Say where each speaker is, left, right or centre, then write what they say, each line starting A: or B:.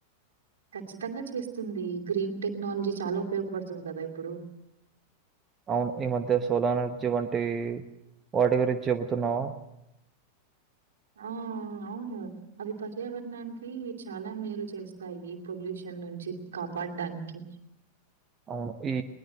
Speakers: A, on the right (about 65°); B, on the right (about 20°).
A: ఖచ్చితంగా చేస్తుంది గ్రీన్ టెక్నాలజీ చాలా ఉపయోగపడుతుంది కదా ఇప్పుడు
B: అవును ఈ మధ్య సోలార్ ఎనర్జీ వంటి వాటి గురించి చెబుతున్నావా
A: ఆ అవును అవి పర్యావరణానికి చాలా మేలు చేస్తాయి పొల్యూషన్ నుంచి కాపా అడ్డానికి
B: అవును. ఈ